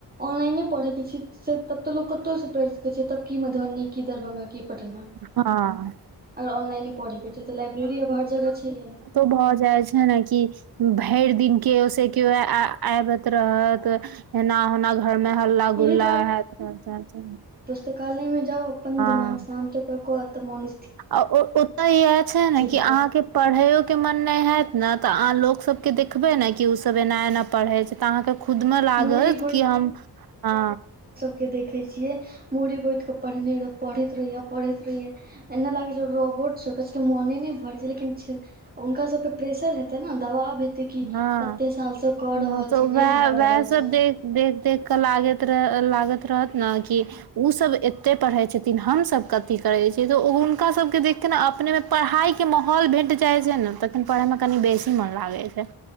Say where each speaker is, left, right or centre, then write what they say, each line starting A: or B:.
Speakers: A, on the right; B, on the right.
A: ऑनलाइने पढ़ैके छी से तब तो लोग कतौ से पढ़ि सकै छै तब की मधुबनी की दरभंगा की पटना
B: हँ
A: अगर ऑनलाइने पढ़ैके छै तऽ लाइब्रेरी आब हर जगह छैहे
B: तऽ भऽ जाइ छै न कि भरि दिन केओ स केओ आबत रहत एना ओना घर मे हल्ला
A: एहि
B: गुल्ला हैत
A: तकालय में जाउ अपन
B: हँ
A: दिमाग शांत कऽ क तऽ मौन
B: आ ओतय इएह छै ने कि
A: दिक्कत
B: अहाँके पढ़ैयो के मन नहि हयत ने तऽ अह लोग सबके देखबै ने कि ओ सब एना एना पढ़ै छै तऽ अहाँके खुद मे लागत
A: मूड़ी
B: कि हम ह
A: के देखै छियै मूड़ी गोतिंके पढ़ने रहै पढ़ैत रहियै पढ़ैत रहियै ए नहि लागै छै रोबोट छौ कि मने नहि भर छै लेकिन हुनका सबपे प्रेशर हेतै ने दबाब हेतै क
B: हँ
A: एते साल से क
B: हँ
A: रहल
B: तऽ
A: छी नहि
B: वएह
A: भर रहल
B: वएह सब
A: छै
B: देख देख देख कऽ लाग रह लागैत रहत ने कि ओसभ एते पढ़ै छथिन हमसभ कथी करै छियै तऽ हुनका सबके देखिक ने अपने मे पढ़ाइ के माहौल भेट जाइ छै ने तखन पढ़यमे कनि बेसी मोन लागै छै